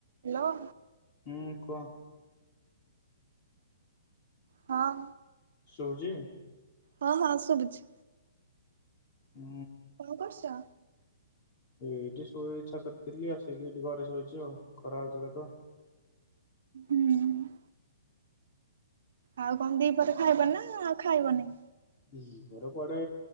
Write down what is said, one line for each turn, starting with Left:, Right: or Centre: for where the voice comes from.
Right: Hello.
Left: ହୁଁ କୁହ?
Right: ହଁ।
Left: ଶୁଭୁଚି।
Right: ହଁ ହଁ ସୁବୁଛି।
Left: ହୁଁ।
Right: କଣ କରୁଛ?
Left: ଏଇଠି ଶୋଇ ଛାତରେ ଥିଲି ଆସିକି ଏଇଠି ଘରେ ଶୋଇଛି ଆଉ ଖରା ହଉଥିଲା ତ।
Right: ଉଁ ହୁଁ ହୁଁ। ଆଉ କଣ ଦି ପରେ ଖାଇବ ନା ଆଉ ଖାଇବନି।
Left: ଦି ମୋର କୁଆଡେ